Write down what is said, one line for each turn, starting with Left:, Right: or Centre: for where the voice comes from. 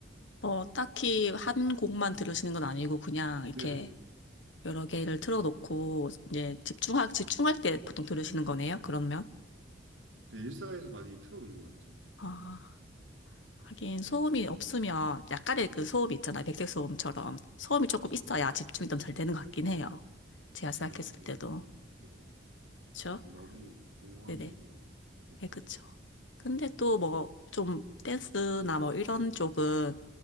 Left: 뭐 딱히 한 곡만 들으시는 건 아니고 그냥 이렇게
Right: 네네네.
Left: 여러 개를 틀어놓고 이제 집중하, 집중할 때 보통 들으시는 거네요, 그러면?
Right: 근데 일상에서 많이 틀어오는 것 같아요.
Left: 아, 하긴 소음이 없으면 약간의 그 소음이 있잖아요. 백색 소음처럼 소음이 조금 있어야 집중이 좀 잘 되는 것 같긴 해요. 제가 생각했을
Right: 음, 네.
Left: 때도.
Right: <laughs>
Left: 그쵸?
Right: 너무 공허한
Left: 네네.
Right: 거구나. 네.
Left: 네, 그쵸. 근데 또 뭐 좀 댄스나 뭐 이런 쪽은